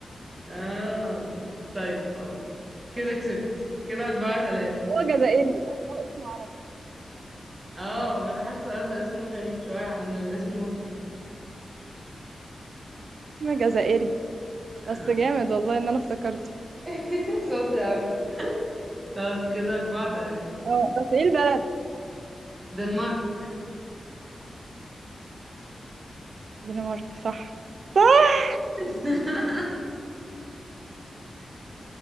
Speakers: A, on the right; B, on the right.
A: اه طيب خلاص كده كسبتي كده أربعة تلاتة
B: هو جزائري يعني هو اسمه عربي
A: اه ما انا حاسة برضه الاسم ده غريب شوية على انه يبقى اسمه مصري
B: اسمه جزائري
A: آه.
B: بس جامد والله ان انا افتكرته
A: <laughs> شاطرة اوي خلاص كده أربعة تلاتة
B: اه بس ايه البلد
A: دنمارك
B: دنمارك صح صح
A: <laughs>